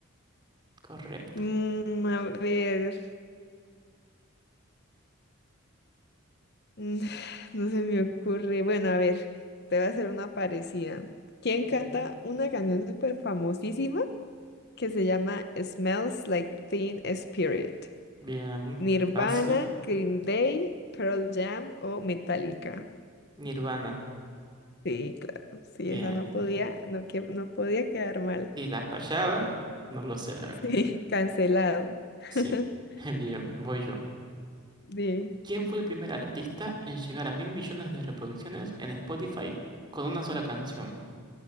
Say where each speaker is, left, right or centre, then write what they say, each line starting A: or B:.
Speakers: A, on the right; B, on the left.
A: correcto.
B: Mm, a ver. Mm, <sighs> No se me ocurre. Bueno, a ver, te voy a hacer una parecida. ¿Quién
A: Ok.
B: canta una canción súper famosísima que se llama Smells Like Teen Spirit?
A: Bien,
B: ¿Nirvana,
A: fácil.
B: Green Day, Pearl Jam o Metallica?
A: Nirvana.
B: Sí, claro. Sí,
A: Bien.
B: esa no podía, no, que, no podía quedar mal.
A: Si la fallaba, no lo sé, la verdad.
B: Sí, <laughs> cancelado.
A: Sí.
B: <laughs>
A: <laughs> Bien, voy yo.
B: Sí.
A: ¿Quién fue el primer artista en llegar a mil millones de reproducciones en Spotify con una sola canción?